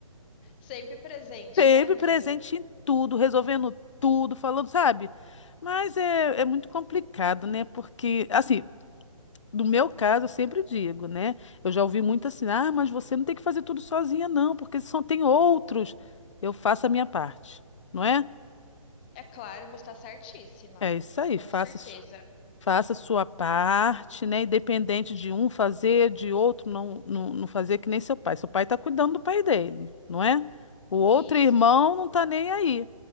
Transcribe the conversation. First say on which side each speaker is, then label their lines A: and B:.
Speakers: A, on the left; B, on the left.
A: Sempre presente,
B: Sempre
A: né, amiga?
B: presente em tudo,
A: Uhum.
B: resolvendo tudo, falando, sabe? Mas é, é muito complicado, né? Porque, assim, no meu caso, eu sempre digo, né? Eu já ouvi muito assim, ah, mas você não tem que fazer tudo sozinha, não, porque só tem outros. Eu faço a minha parte, não é?
A: É claro, você está certíssima.
B: É isso aí,
A: Com
B: faça,
A: certeza.
B: su- faça sua parte, né? Independente de um fazer, de outro não, não, não fazer que nem seu pai. Seu pai está cuidando do pai dele, não é? O outro
A: Isso.
B: irmão não está nem aí.